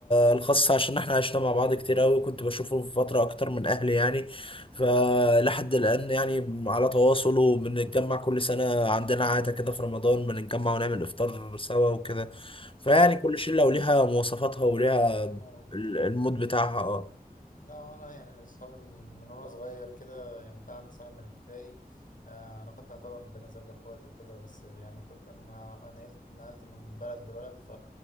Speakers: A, on the left (about 35°); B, on the left (about 60°).
A: الخاصة عشان احنا عشنا مع بعض كتير قوي كنت بشوفه في فترة اكتر من اهلي يعني فلحد الان يعني على تواصل وبنتجمع كل سنة عندنا عادة كده في رمضان بنتجمع ونعمل افطار سوا وكده فيعني
B: المهم
A: كل شلة وليها مواصفاتها وليها
B: الموت
A: ال- المود بتاعها اه
B: لا وانا يعني اصحابي من من وانا صغير كده يعني كان عندي صاحب من ابتدائي آه، علاقتنا طبعا بين زي الاخوات وكده بس يعني كل انا أنا نقلت نقلت من بلد لبلد ف